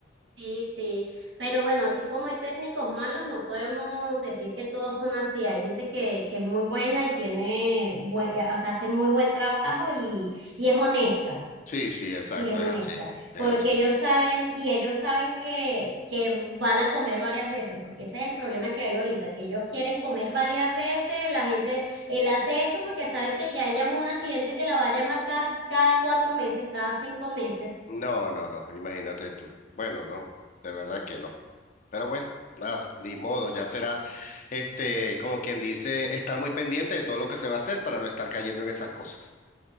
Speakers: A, on the right; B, on the left.
A: Sí, sí, pero bueno, así como hay técnicos malos, no podemos decir que todos son así. Hay gente que, que es muy buena y tiene, buen- o sea, hace muy buen trabajo y, y es honesta.
B: Sí, sí, exacto,
A: Y es honesta,
B: es así, es
A: porque
B: así.
A: ellos saben y ellos saben que, que van a comer varias veces, porque ese es el problema que hay ahorita, que ellos quieren comer varias veces, la gente, él hace esto porque sabe que ya ella es una cliente que la va a llamar cada, cada cuatro meses, cada cinco meses.
B: No, no, no, imagínate tú. Bueno, no, de verdad que no. Pero bueno, nada, ni modo, ya será, este, como quien dice, estar muy pendiente de todo lo que se va a hacer para no estar cayendo en esas cosas.